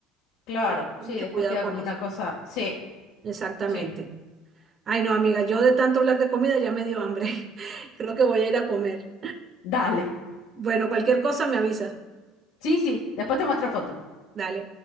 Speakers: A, on the left; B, on the right.
A: Claro,
B: Tienes que tener
A: sí,
B: mucho
A: después
B: cuidado
A: queda
B: con
A: como
B: eso.
A: una cosa. Sí,
B: Exactamente.
A: sí.
B: Ay, no, amiga, yo de tanto hablar de comida ya me dio hambre. <laughs> Creo que voy a ir a comer.
A: Dale.
B: Bueno, cualquier cosa me avisas.
A: Sí, sí, después te muestro fotos.
B: Dale.